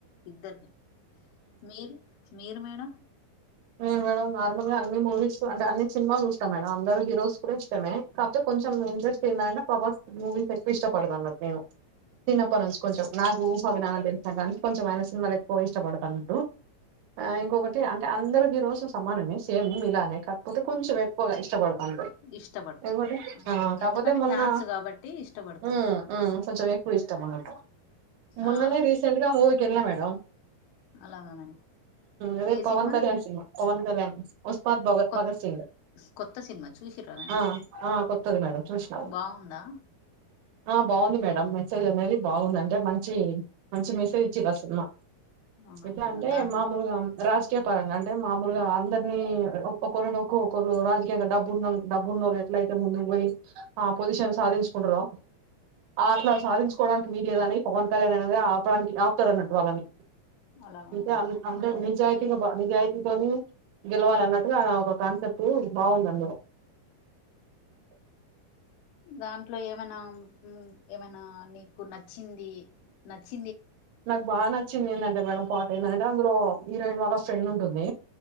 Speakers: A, on the left (about 85°); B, on the right (about 85°).
A: ఇద్దర్ని మీరు మీరు మేడం
B: ఉమ్ మేడం నార్మల్ గా అన్ని మూవీస్ అంటే అన్ని సినిమాలు చూస్తాం మేడం అందరూ హీరోస్ కూడా ఇష్టమే కాకపోతే కొంచెం ఇంట్రెస్ట్ ఎంది అంటే పబాస్ మూవీస్ ఎక్కువ ఇష్టపడదన్నట్టు నేను చిన్నప్ప నుంచి కొంచెం నాకు జ్ఞాన తెిన కొంచెం ఆయన సినిమాలు ఎక్కువ ఇష్టపడుత అట్టు ఇంకొకటి అంటే అందరు ఈ రోజు సమానమే సేమ్ ఇలానే కాకపోతే కొంచెం ఎక్కువగా ఇష్టపడ అ
A: ఇష్టపడతారు
B: ఇంకోటి కాకపోతే
A: ఎందుకంటే
B: మొన్న
A: ఫ్యాన్స్ కాబట్టి ఇష్టపడతారు
B: ఉమ్ మ్కొంచెం ఎక్కువ ఇష్టం అన్నట్టు మొన్ననే
A: ఆ
B: రీసెంట్గా మూవకి వెెళ్ల మేడం
A: అలాగా మేడం
B: అదే
A: ఏ
B: పవన్
A: సినిమా
B: కళ్యాణ్ సినిమా పవన్ కళ్యాణ్ ఉస్మాద్ భగత్
A: కొత్
B: భగత్ సింగ్
A: కొత్త సినిమా చూసిర్రా మేడం
B: అ ఆ కొత్తది మేడం చూసినా
A: బాగుందా
B: ఆ బాగుంది మేడం మెసేజ్ అనేది బాగుంది అంటే మంచి మంచి మెసేజ్ ఇచ్చిండ్రు ఆ సినిమా
A: అవునా
B: ఎట్లా
A: మేడం
B: అంటే
A: దాంట్లో
B: మామూల్గా రాజకీయ పరంగా అ అంటే మామూలగా అందరినీ ఒక్కొక్కరి ఒక్కొక్కరుు రాజకీయ డబ్బున్న డబ్బు ఉన్నళ్ళు ఎట్ల అయితే ముందు పోయి ఆ పొజిషన్ సాధించు కుంటరో అట్ల
A: అలా
B: సాధించుకోవడానికి వీల్లేదని పవన్ కళ్యాణ్ అనేది ఆపడానికి ఆపుతడ అన్నట్టు వాళ్ళని
A: అలాగా
B: ఇక
A: మేడం
B: అం అందరు నిజాయితేగా నిజాయి తోని గెలవాలన్నట్టుగా ఆ ఒక కాన్సెప్ట్ బాగుంది అందులో <inaudible>
A: దాంట్లో ఏమనా ఏమైనా నీకు నచ్చింది నచ్చి
B: నాకు బాగా నచ్చింది ఏంటంటే మేడం పాట ఏంటంటే అందులో హీరోయిన్ వాళ్ళ ఫ్రెండ్ ఉంటుంది